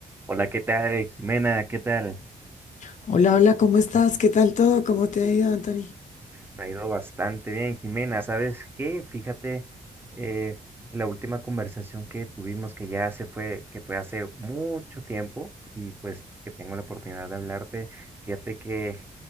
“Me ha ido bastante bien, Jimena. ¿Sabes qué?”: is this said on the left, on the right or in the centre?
Right